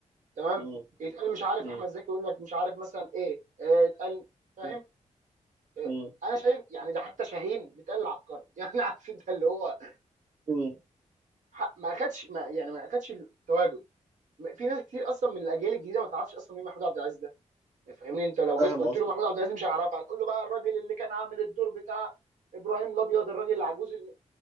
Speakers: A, on the right (about 85°); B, on the right (about 60°).
A: تمام
B: مم.
A: يتقال مش عارف
B: مم.
A: احمد زكي يقول لك مش عارف مثلا ايه آه، يتقال فاهم
B: مم.
A: آه،
B: مم.
A: انا شايف يعني ده حتى شاهين بيتقال عبقري <laughs> يعني عارف انت اللي هو
B: مم.
A: ح- ما اخدش ما يعني ما اخدش التواجد ما- في ناس كتير اصلا من الاجيال الجديده ما تعرفش اصلا مين محمود عبد العزيز ده يعني فاهمني انت لو
B: فاهم
A: جيت قلت
B: قصدك
A: له محمود عبد العزيز مش هيعرفها هتقول له بقى الراجل اللي كان عامل الدور بتاع ابراهيم الابيض الراجل العجوز الم...